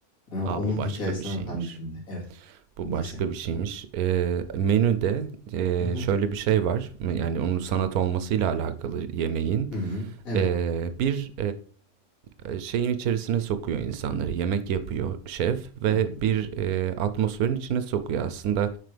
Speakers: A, on the left (about 60°); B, on the right (about 70°).
A: E, onun
B: Aa bu başka
A: hikayesini
B: bir şeymiş.
A: anlatan bir filmdi. Evet.
B: Bu
A: Neyse.
B: başka bir şeymiş. Eee, menüde eee,
A: Hı hı.
B: şöyle bir şey var. Yani onun sanat olmasıyla alakalı yemeğin.
A: Hı hı. Evet.
B: Ee, bir e, şeyin içerisine sokuyor insanları. Yemek yapıyor şef ve
A: Hı hı.
B: bir e, atmosferin içine sokuyor. Aslında